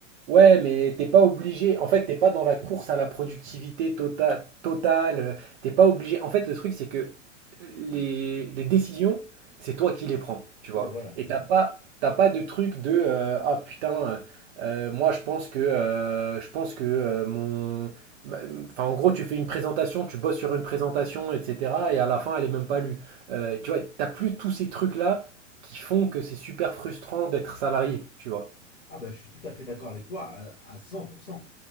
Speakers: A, on the right; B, on the left.
A: Ouais, mais t'es pas obligé. En fait, t'es pas dans la course à la productivité tota- totale. euh, T'es pas obligé. En fait, le truc, c'est que les, les décisions, c'est toi qui les prends, tu
B: Ouais,
A: vois.
B: voilà,
A: Et
B: c'est
A: t'as
B: ça.
A: pas, t'as pas de truc de euh, ah putain, euh, euh, moi je pense que euh, je pense que euh, mon. ma- Enfin, en gros, tu fais une présentation, tu bosses sur une présentation, etc. Et à la fin, elle est même pas lue. Euh, tu vois, t'as plus tous ces trucs-là qui font que c'est super frustrant d'être salarié, tu vois.
B: Ah, bah, je suis tout à fait d'accord avec toi à, à 100%.